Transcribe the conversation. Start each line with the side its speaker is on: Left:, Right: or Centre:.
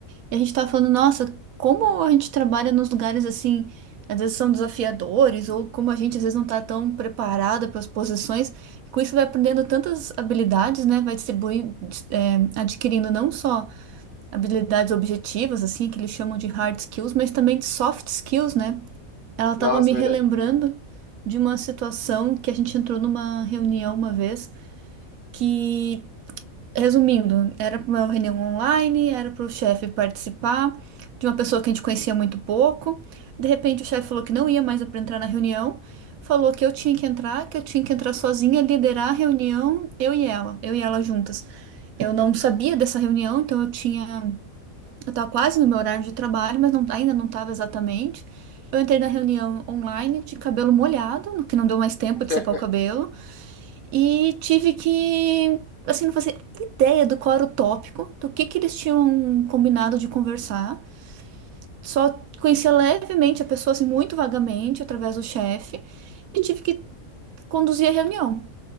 Right: e a gente tava falando, nossa, como a gente trabalha nos lugares assim, às vezes são desafiadores, ou como a gente às vezes não tá tão preparada para as posições, e com isso vai aprendendo tantas habilidades, né? Vai distribuindo, é, adquirindo não só habilidades objetivas, assim, que eles chamam de hard skills, mas também de soft skills, né? Ela estava
Left: Nossa,
Right: me
Left: é
Right: relembrando
Left: verdade.
Right: de uma situação que a gente entrou numa reunião uma vez, que, resumindo, era uma reunião online, era para o chefe participar de uma pessoa que a gente conhecia muito pouco. De repente, o chefe falou que não ia mais para entrar na reunião, falou que eu tinha que entrar, que eu tinha que entrar sozinha, liderar a reunião, eu e ela, eu e ela juntas. Eu não sabia dessa reunião, então eu tinha eu estava quase no meu horário de trabalho, mas não- ainda não estava exatamente. Eu entrei na reunião online de cabelo molhado, no que não deu mais tempo
Left: <laughs>
Right: de secar o cabelo, e tive que, assim, não fazia ideia do qual era o tópico, do que que eles tinham combinado de conversar. Só conhecia levemente a pessoa, assim, muito vagamente, através do chefe, e tive que conduzir a reunião.